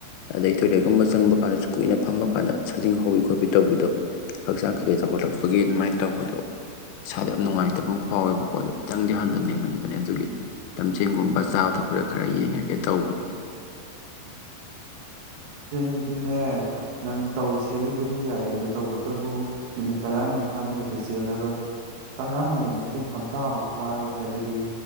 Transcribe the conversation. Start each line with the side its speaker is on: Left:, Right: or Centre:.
Left: ꯑꯗꯩ ꯇꯣꯏꯂꯦꯠꯀꯨꯝꯕ ꯆꯪꯕ ꯀꯥꯟꯗꯁꯨ ꯀꯨꯏꯅ ꯐꯝꯕ ꯀꯥꯟꯗ ꯁꯥꯖꯤꯡ ꯍꯧꯕꯤ ꯈꯣꯠꯄꯤ ꯇꯧꯕꯤꯗꯣ ꯍꯛꯆꯥꯡ ꯀꯩꯀꯩ ꯆꯥꯎꯧꯈꯠꯂꯛꯄꯒꯤ ꯑꯗꯨꯃꯥꯏꯅ ꯇꯧꯕꯗꯣ ꯏꯁꯥꯗ ꯌꯥꯝ ꯅꯨꯡꯉꯥꯏꯇꯕ ꯑꯃ ꯐꯥꯎꯋꯦꯕꯀꯣ ꯑꯗꯨ ꯈꯤꯇꯪꯗꯤ ꯍꯟꯊ ꯅꯤꯡꯍꯟꯕꯅꯦ ꯑꯗꯨꯒꯤ ꯇꯝꯖꯤꯡꯒꯨꯝꯕ ꯆꯥꯕ ꯊꯛꯄ ꯈꯔ ꯈꯔ ꯌꯦꯡꯉꯒꯦ ꯇꯧꯕꯅꯤ꯫
Right: ꯑꯗꯨꯅꯦ ꯅꯪ ꯇꯧꯁꯤꯕꯨꯗꯤ ꯌꯥꯏꯌꯦ ꯑꯗꯨ ꯇꯧꯒꯇꯕꯨ ꯅꯨꯃꯤꯠ ꯇꯔꯥꯅꯤ ꯐꯥꯅ ꯀꯩꯁꯨ ꯆꯦꯜꯂꯔꯣꯏ ꯇꯔꯥꯅꯤꯗ ꯅꯠꯇꯦ ꯍꯞꯇꯥꯕꯨ ꯐꯥꯔꯔꯣꯏ ꯍꯥꯏꯕꯗꯤ